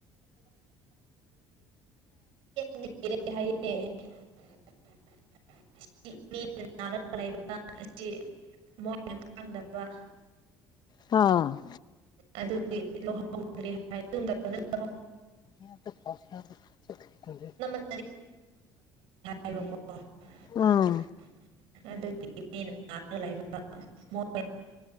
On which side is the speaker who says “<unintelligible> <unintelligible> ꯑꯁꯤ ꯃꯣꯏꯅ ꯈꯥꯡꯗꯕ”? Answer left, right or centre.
Right